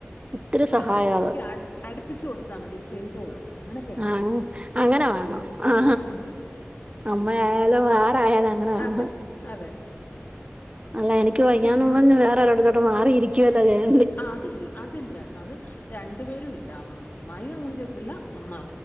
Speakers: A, on the right; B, on the left.
A: ഒത്തിരി
B: നമ്മൾ
A: സഹായവാ
B: ഓതുക്കി
A: അത്
B: അട് അടുപ്പിച്ചു കൊടുത്താൽ മതി ചെയ്തോളും അങ്ങനൊക്കെയുണ്ട്
A: ആ അങ്ങനെ വാണം
B: ഉം
A: ആ
B: ഉം
A: അമ്മആയാലും ആരായാലും അങ്ങനെ വാണം
B: അതെ അതെ
A: അല്ല എനിക്ക് വയ്യാന്നും
B: അയ്യോ
A: പറഞ്ഞ് വേറെ ഒരടത്തോട്ട് മാറിയിരിക്കവല്ലചെയ്യ്ണ്
B: ആഹ് അതില്ല അതില്ലട്ടോ അത് രണ്ടു പേരും ഇല്ല അമ്മായി അങ്ങനെ ചെയ്യത്തില്ല അമ്മാ